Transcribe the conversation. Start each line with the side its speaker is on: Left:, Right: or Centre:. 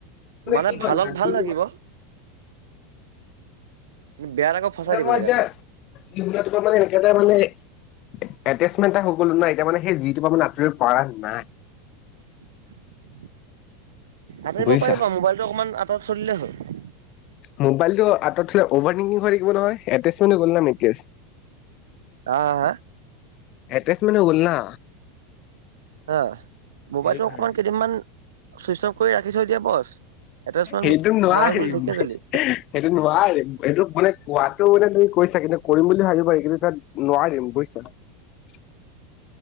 Right: মানে
Left: কি কৰজ
Right: ভালত
Left: <unintelligible>
Right: ভাল লাগিব
Left: <unintelligible>
Right: বেয়াত আকৌ ফচাই
Left: মানে
Right: দিব
Left: মই
Right: জেগাতে
Left: এতিয়া উল মানে এনেকাটা মানে <unintelligible> এটেচমেণ্ট এটা হৈ গল নয় এতিয়া মানে সেই যিটো পৰা মানে আঁতৰিব পৰা নাই
Right: <inaudible> আঁতৰিব
Left: বুজিছা?
Right: পাৰিব মোবাইলটো অকমান আঁতৰত চলিলেই হ'ল <unintelligible>
Left: মোবাইলটো আঁতৰত থলে অভাৰংকিং হৈ থাকিব নহয় এটচ ম গল ন নেকজ <unintelligible>
Right: আহ হা
Left: এড্ৰেছ মানে গ'ল না
Right: হ মোবাইলটো
Left: সেইকাৰণে।
Right: অকমান কেইদিনমান চুইচ অফ কৰি ৰাখি থৈ দিয়া বছ এটাচমেণ্ট
Left: সেইটো নোৱাৰিম
Right: মাৰা গ'ল ঢেকীয়াজুলি
Left: সেইটো নোৱাৰিম এইটো মানে কোৱাত মানে তুমি কৈছা কিন্তু কৰিম বুলি ভাবিব পাৰি কিন্তু তাত নোৱাৰিম বুজিছা <unintelligible>